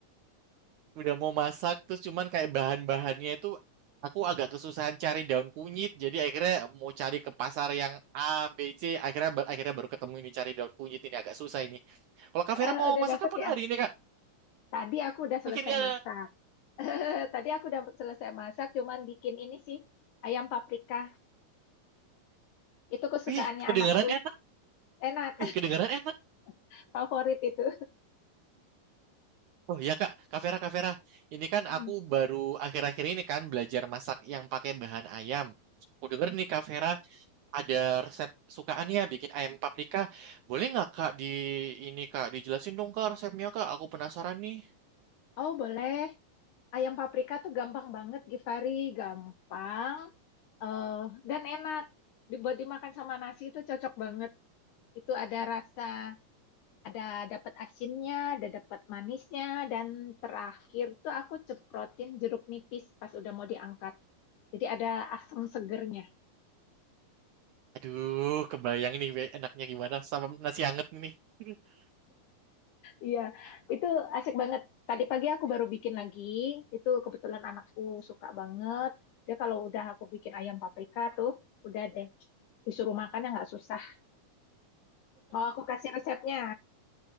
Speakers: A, on the right; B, on the left.
A: udah mau masak terus cuman kayak bahan-bahannya itu aku agak kesusahan cari daun kunyit jadi akhirnya mau cari ke pasar yang A B C akhirnya ba- akhirnya baru ketemu ini cari daun kunyit ini agak susah ini kalau Kak Vera
B: Eh,
A: mau
B: udah
A: masak
B: dapet
A: apa Kak
B: ya?
A: hari ini Kak
B: Tadi aku udah selesai
A: akhirnya
B: masak. <laughs> Tadi aku udah selesai masak, cuman bikin ini sih, ayam paprika. Itu kesukaannya
A: ih kedengaran
B: anakku.
A: enak
B: Enak,
A: ih kedengaran enak
B: <laughs> favorit itu.
A: oh ya Kak Kak Vera Kak Vera ini kan
B: Mm-mm.
A: aku baru akhir-akhir ini kan belajar masak yang pakai bahan ayam aku denger nih Kak Vera ada resep sukaannya bikin ayam paprika. Boleh nggak Kak di ini Kak dijelasin dong Kak resepnya Kak. Aku penasaran nih.
B: Oh, boleh. Ayam paprika tuh gampang banget, Givari. Gampang. Eh, dan enak dibuat dimakan sama nasi itu cocok banget itu ada rasa ada dapat asinnya ada dapat manisnya dan terakhir tuh aku ceprotin jeruk nipis pas udah mau diangkat jadi ada asam segernya
A: Aduh, kebayang ini be- enaknya gimana sama nasi anget ini. <laughs>
B: iya itu asik banget tadi pagi aku baru bikin lagi itu kebetulan anakku suka banget dia kalau udah aku bikin ayam paprika tuh udah deh disuruh makan ya nggak susah mau aku kasih resepnya